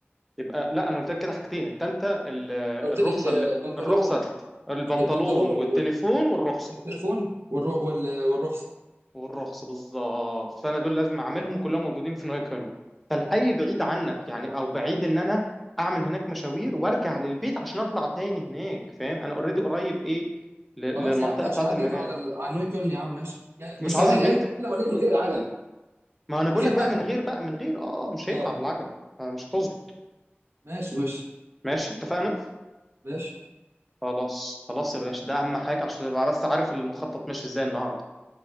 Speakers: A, in the centre; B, on the right (about 75°).
A: يبقى لا انا قلت لك كده حاجتين التالتة ال-
B: قلت
A: الرخصة
B: لي ال- البنطلون
A: اللي الرخصة البنطلون
B: البنطلون
A: والتليفون
B: وال-
A: والرخصة
B: والتليفون والر- وال- والرخصه
A: والرخصة بالظبط فانا دول لازم اعملهم وكلهم موجودين في نايكون فالحي بعيد عنك يعني او بعيد ان انا اعمل هناك مشاوير وارجع للبيت عشان اطلع تاني هناك فاهم انا اوريدي قريب ايه ل-
B: خلاص
A: للمنطقة
B: يا عم ماشي
A: بتاعة
B: عدى
A: المراية
B: لك على ال- على نوي كولن يا عم ماشي يعني
A: مش
B: بس
A: عاوز
B: ثواني
A: البنت
B: اجي بالعجله ولا اجي من غير العجله
A: ما انا
B: من
A: بقول
B: غير
A: لك بقى
B: بقى
A: من غير بقى من غير اه مش
B: اه
A: هينفع بالعجلة آه، مش هتظبط
B: ماشي ماشي
A: ماشي اتفقنا
B: ماشي
A: خلاص خلاص يا باشا ده اهم حاجة عشان تبقى بس عارف المخطط ماشي ازاي النهاردة